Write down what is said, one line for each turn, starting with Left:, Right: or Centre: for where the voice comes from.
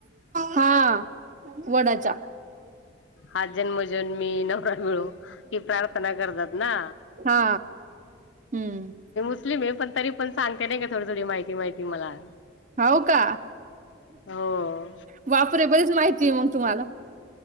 Right: हा वडाचा
Left: हज जनमजून मी नवरा मिळू की प्रार्थना करतात ना
Right: हा हम्म
Left: मी पण तरी पण सांगते नाही का थोडी थोडी माहिती माहिती मला
Right: हो का
Left: हो
Right: वापरे बरीच माहिती मग तुम्हाला